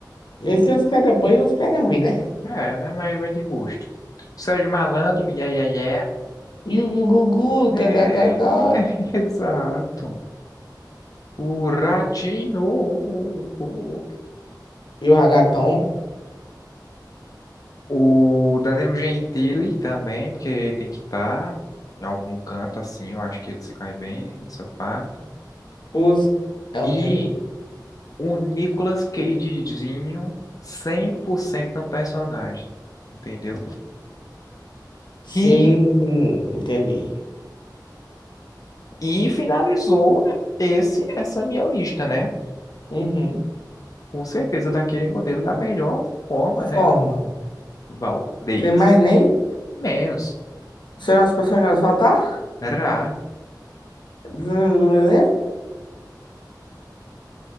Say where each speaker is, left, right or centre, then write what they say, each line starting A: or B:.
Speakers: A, on the left (about 85°); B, on the left (about 50°).
A: Ele tem umas pedras boas e umas pedras ruins, né?
B: É, né? Mas vai de gosto. Sérgio Malandro, yeah, yeah, yeah.
A: E o Gugugu,
B: É,
A: gagagagá.
B: <laughs> exato. O Ratinho, o, o,
A: E o Ragaton?
B: o, o Danilo Gentili também, porque tem que estar em algum canto assim, eu acho que ele se cai bem nessa parte.
A: Use. É
B: E
A: o name.
B: o Nicolas Cagezinho, 100% no personagem, entendeu?
A: Sim,
B: E,
A: entendi.
B: e finalizou esse, essa minha lista, né?
A: Uhum.
B: Com certeza, daquele modelo da melhor forma,
A: Forma.
B: né? Valdez.
A: Sem mais nem?
B: Menos.
A: Será as pessoas nós votar?
B: Ra.
A: Hum, hum, hum, hum.